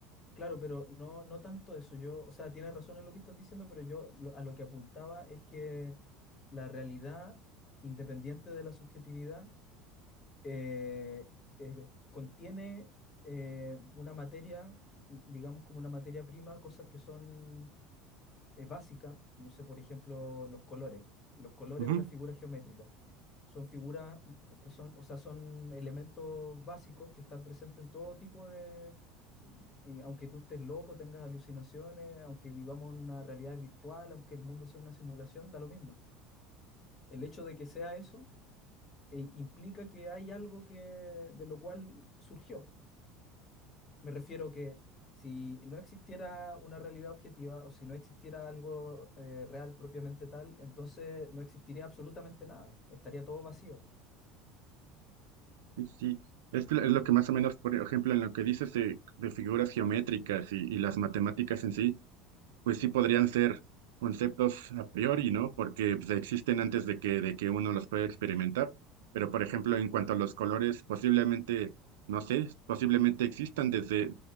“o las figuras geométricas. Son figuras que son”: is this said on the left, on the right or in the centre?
Left